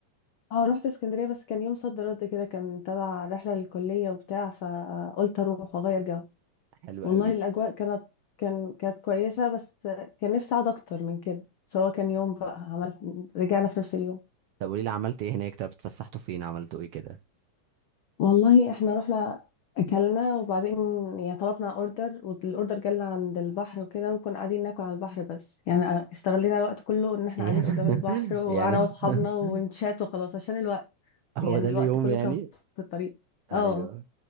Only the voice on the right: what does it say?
حلو
قوي
طب قولي لي عملت ايه هناك طب اتفسحتوا فين عملتوا ايه كده
يعني
<laughs> يعني
<laughs>
هو
ده
اليوم
يعني
ايوه